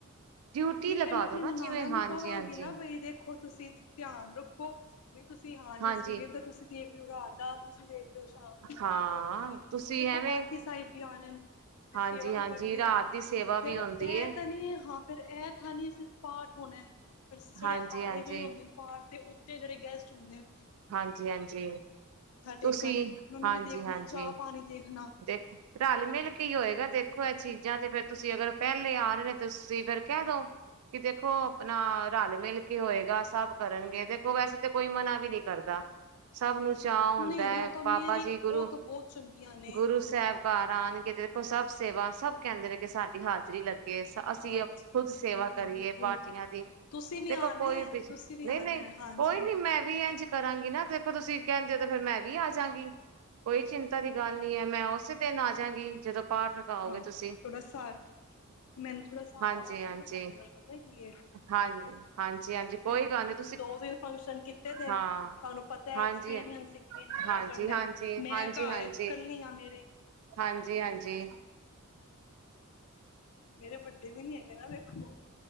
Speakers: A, on the right; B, on the left.
A: ਡਿਊਟੀ
B: ਨਹੀਂ
A: ਲਗਾ
B: ਫੇਰ ਮੈਂ ਆਪਣੇ
A: ਦੋ ਨਾ
B: ਨਨਾਣਾਂ
A: ਜਿਵੇਂ
B: ਨੂੰ
A: ਹਾਂਜੀ-ਹਾਂਜੀ।
B: ਕਵਾਂਗੀ ਨਾ ਬਈ ਦੇਖੋ ਤੁਸੀਂ ਧਿਆਨ ਰੱਖੋ ਵੀ ਤੁਸੀਂ ਹਾਂਲੇ
A: ਹਾਂਜੀ
B: ਸਵੇਰ
A: ਹਾਂਜੀ
B: ਦਾ ਤੁਸੀਂ ਦੇਖ ਲੋ ਰਾਦਾ ਤੁਸੀਂ ਦੇਖ ਲ ਸ਼ਾਮ ਦਾ ਮੈਂ
A: ਹਾਂ
B: ਦੇਖ ਲਾਂਗੀ
A: ਤੁਸੀਂ
B: ਦੇਖੋ
A: ਐਵੇਂ
B: ਪਾਠੀ ਸਾਹਿਬ <unintelligible> ਫ
A: ਹਾਂਜੀ-ਹਾਂਜੀ
B: ਸੇਵਾ ਵੀ ਕਰਨੀ
A: ਰਾਤ ਦੀ ਸੇਵਾ
B: ਫੇਰ
A: ਵੀ ਹੁੰਦੀ
B: ਇਹ
A: ਏ।
B: ਤਾਂ ਨੀ ਹਾ। ਫਿਰ ਇਹ ਥਾ ਨਹੀਂ ਸਿਰਫ਼ ਪਾਠ ਹੋਣਾ ਫਿਰ ਜਿਹੜੇ
A: ਹਾਂਜੀ-ਹਾਂਜੀ,
B: ਆਏ ਗਏ ਹੁੰਦੇ ਪਾਠ ਤੇ ਤੇ ਜਿਹੜੇ ਗਸਟ ਹੁੰਦੇ‌ ਨ
A: ਹਾਂਜੀ ਹਾਂਜੀ ਤੁਸੀਂ
B: ਟੇਕਣ ਉਹਨਾਂ ਨੂੰ
A: ਹਾਂਜੀ
B: ਵੀ ਦੇਖਣਾ
A: ਹਾਂਜੀ
B: ਚਾਹ ਪਾਣੀ ਦੇਖਣਾ
A: ਦੇਖ ਰਲ ਮਿਲ ਕੀ ਹੋਏਗਾ ਦੇਖੋ ਦੇਖੋ ਇਹ ਚੀਜ਼ਾਂ ਤੇ ਫੇਰ ਤੁਸੀਂ ਅਗਰ ਪਹਿਲੇ ਆ ਰਹੇ ਨੇ ਤਾਂ ਤੁਸੀਂ ਫੇਰ ਕਹਿ ਦੋ ਕਿ ਦੇਖੋ ਆਪਣਾ ਰਲ ਮਿਲ ਕੇ ਹੋਏਗਾ ਸਭ ਕਰਨਗੇ, ਦੇਖੋ ਵੈਸੇ ਤਾਂ ਕੋਈ ਮਨਾ ਵੀ ਨਹੀਂ ਕਰਦਾ ਸਭ ਨੂੰ ਉ ਚਾ ਹੁੰਦਾ
B: ਨਹੀਂ ਨਹੀਂ
A: ਹੈ
B: ਉਹ ਤਾਂ
A: ਬਾਬਾ
B: ਮੇਰੀ
A: ਜੀ ਗੁਰੂ
B: ਉਹ ਤਾਂ ਬਹੁਤ ਚੰਗੀਆਂ ਨੇ
A: ਗੁਰੂ
B: ਹਾਂ
A: ਸਾਹਿਬਕਾਰ ਆਉਣਗੇ ਤੇ ਦੇਖੋ ਸਭ ਸੇਵਾ ਸਭ ਕਹਿੰਦੇ ਨੇ ਕਿ ਸਾਡੀ ਹਾਜ਼ਰੀ ਲੱ ਅਸੀਂ
B: ਹਾਂਜੀ
A: ਖੁੱਦ
B: ਹਾਂਜੀ
A: ਸੇਵਾ
B: ਬਿਲਕੁਲ
A: ਕਰੀਏ
B: ਬਿਲਕੁਲ
A: ਪਾਰਟੀਆਂ ਦੀ
B: ਤੁਸੀਂ ਵੀ
A: ਦੇਖੋ
B: ਆਣਾ
A: ਕੋਈ
B: ਹੈ,
A: ਵੀ
B: ਤੁਸੀਂ
A: ਨਹੀਂ
B: ਆਣਾ
A: ਨਹੀਂ
B: ਹੈ, ਹਾਂਜੀ।
A: ਕੋਈ ਨੀ ਮੈਂ ਵੀ ਇੰਝ ਕਰਾਂਗੀ ਨਾ ਤੇ ਤੁਸੀਂ ਕਹਿੰਦੇ ਹੋ ਤੇ ਫਿਰ ਮੈਂ ਵੀ ਆ ਜਾਂਗੀ ਕੋਈ ਚਿੰਤਾ ਦੀ ਗੱਲ ਨਹੀਂ ਹੈ ਮੈਂ ਉਸੇ ਦਿਨ ਆ ਜਾ ਗੀ ਜਦੋਂ ਪਾਠ ਰਕਾਓਗੇ
B: ਹਾਂ
A: ਤੁਸੀਂ
B: ਥੋੜਾ ਸਹਾਰਾ ਮੈਨੂੰ ਥੋੜਾ ਸਹਾਰਾ
A: ਹਾਂਜੀ
B: ਹੋ
A: ਹਾਂਜੀ
B: ਜਾਗਾ ਤੁਹਾਡੇ ਨਾਲ ਪਤਾ ਕੀ
A: ਹਾਂ ਹਾਂਜੀ ਹਾਂਜੀ
B: ਤੁਸੀਂ
A: ਕੋਈ ਗੱਲ ਨੀ
B: ਤੁਸੀਂ ਦੋ ਦਿਨ ਫੰਕਸ਼ਨ ਕੀਤੇ ਪੇਨ
A: ਹਾਂ
B: ਤੁਹਾਨੂੰ ਪਤਾ ਹੈ
A: ਹਾਂਜੀ
B: ਐਕਸਪੀਰੀਅੰਸ ਕਿਵੇਂ ਹੈਂਡਲ
A: ਹਾਂਜੀ
B: ਕਰਨਾ
A: ਹਾਂਜੀ
B: ਮੈਂ
A: ਹਾਂਜੀ
B: ਘਰ
A: ਹਾਂਜੀ
B: ਇਕੱਲੀ ਆ ਮੇਰੇਰੇ
A: ਹਾਂਜੀ ਹਾਂਜੀ
B: ਮੇਰੇ ਵੱਡੇ ਵੀ ਨੀ ਹੈਗੇ ਨਾ ਵੇਖੋ